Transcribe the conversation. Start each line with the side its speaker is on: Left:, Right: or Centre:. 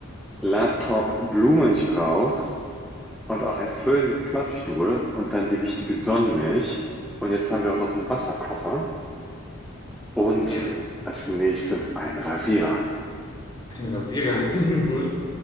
Centre: Laptop, Blumenstrauß und auch ein Föhn mit Klappstuhl und dann die wichtige Sonnenmilch. Und jetzt haben wir auch noch einen Wasserkocher und
Left: Ja,
Centre: als nächstes ein Rasierer.
Left: ein Rasierer. <laughs> So,